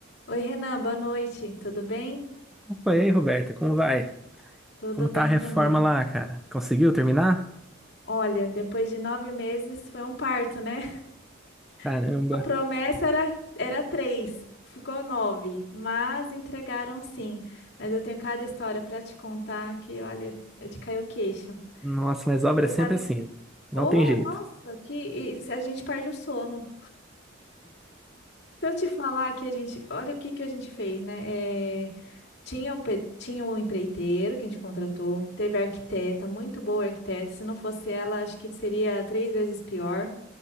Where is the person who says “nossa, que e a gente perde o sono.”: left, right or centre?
Left